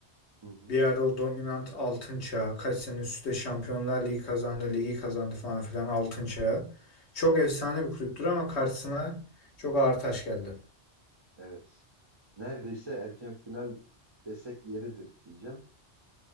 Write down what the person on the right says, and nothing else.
Hı hı.
Evet. Neredeyse erken final desek yeridir diyeceğim.